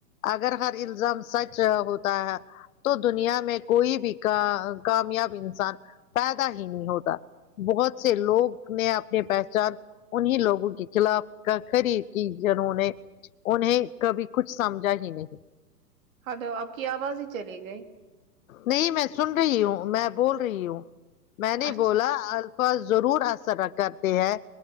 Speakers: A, on the left; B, on the right.
A: اگر ہر الزام سچ ہوتا ہے تو دنیا میں کوئی بھی کا کامیاب انسان پیدا ہی نہیں ہوتا بہت سے لوگ نے اپنی پہچان انیں لوگوں کو کے خلاف کا خری کی جنہوں نے انہیں کبھی کچھ سمجھا ہی نہیں
B: ہلو آپ کی آواز ہی چلی گئی
A: نہیں میں سن رہی ہوں میں بول رہی ہوں میں نے
B: اچھا
A: بولا الفاظ ضرور اثر کرتے ہیں